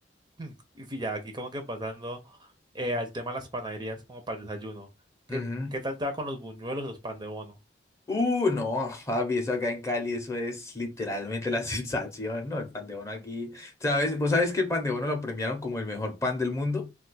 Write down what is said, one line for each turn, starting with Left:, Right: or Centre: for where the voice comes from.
Right: <clears throat> Y fi- ya aquí como que pasando eh, al tema de las panaderías como para el desayuno. ¿Qué,
Left: Ujú.
Right: qué tal te va con los buñuelos, los pan de bono?
Left: Uh, no, papi, eso acá en Cali, eso es literalmente la <laughs> sensación, ¿no? El pan de bono aquí, ¿sabes? ¿Vos sabés que el pan de bono lo premiaron como el mejor pan del mundo